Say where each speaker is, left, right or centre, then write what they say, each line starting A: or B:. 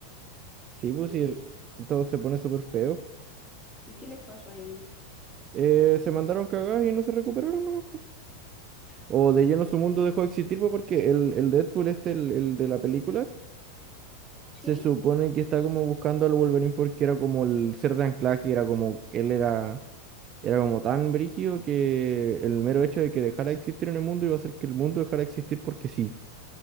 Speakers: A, on the right; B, in the centre.
A: Sí, pues
B: ¿Y,
A: sí, todo se pone súper feo.
B: y qué les pasó a ellos?
A: Eh, se mandaron cagadas y no se recuperaron, ¿no? O de lleno su mundo dejó de existir, pues, porque el, el Deadpool este, el, el de la película. Se
B: Sí.
A: supone que está como buscando al Wolverine porque era como el ser de anclaje, era como que él era, era como tan brígido que el mero hecho de que dejara de existir en el mundo iba a hacer que el mundo dejara de existir porque sí.